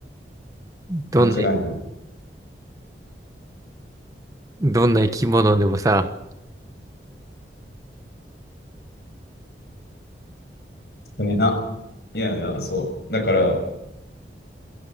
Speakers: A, on the right (about 20°); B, on the left (about 65°).
A: どんな、
B: 間違いない。
A: どんな生き物でもさ。
B: 少ねえな。いやいや、そう。だから、